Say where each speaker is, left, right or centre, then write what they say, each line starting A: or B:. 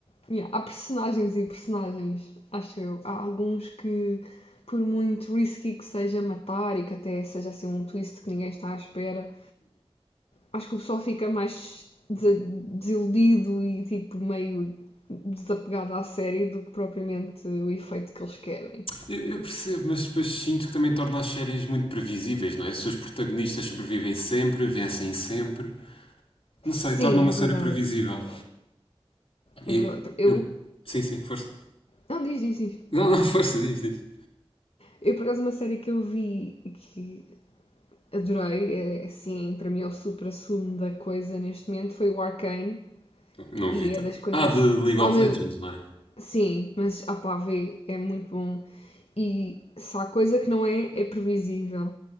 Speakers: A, on the left; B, on the left.
A: yeah, há personagens e personagens, acho eu. Há alguns que, por muito risky que seja matar e que até seja assim um twist que ninguém está à espera, acho que o pessoal fica mais desiludido e tipo meio desapegado à série do que propriamente o efeito que eles querem.
B: Eu, eu percebo, mas depois sinto que também torna as séries muito previsíveis, não é? Se os protagonistas sobrevivem sempre, vencem sempre, não sei,
A: Sim,
B: torna uma
A: é verdade.
B: série previsível. E
A: É verdade. Eu.
B: eu, sim, sim, força.
A: Não, diz, diz, diz.
B: Não, não, força, diz, diz.
A: Eu, por acaso, uma série que eu vi que adorei, é, assim, para mim é o supra-sumo da coisa neste momento, foi o Arcane,
B: Não
A: e
B: vi. ta-
A: é das coisas...
B: Ah, de League
A: Oh,
B: of
A: meu...
B: Legends, não é?
A: Sim, mas, ah pá, vê, é muito bom. E se há coisa que não é, é previsível.